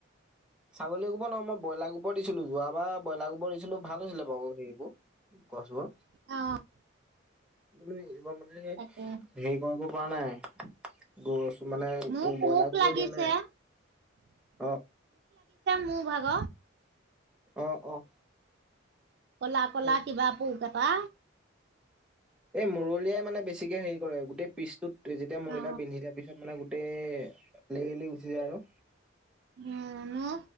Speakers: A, in the centre; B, on the right.
A: ছাগলী গোবৰ ন মই বইলাৰ গোবৰ দিছিলো যোৱা বাৰ ব্ৰইলাৰ গোবৰ ব দিছিলো ভাল হৈছিলে বাৰু হেবোৰ গছবোৰ
B: অ
A: কি এইবাৰ মানে
B: তাকে
A: সেই হেৰি কৰা পোৱা নাই গছ মানে
B: মোৰ
A: তোৰ
B: পোক
A: ব্ৰইলাৰ গোবৰ
B: লাগিছে
A: দিয়া নাই অ'
B: মো ভাগ
A: অ' অ'
B: কলা কলা
A: এ
B: কিবা পোহ ক পা
A: এই মূুৰলিয়াই মানে বেছি বেছিকে হেৰি কৰে গোটেই পিচতটোত যেতিয়া মহৰিলা
B: অ
A: বিন্ধি দিয়া পিছত মানে গোটেই লেৰেলি যি আৰু
B: উানো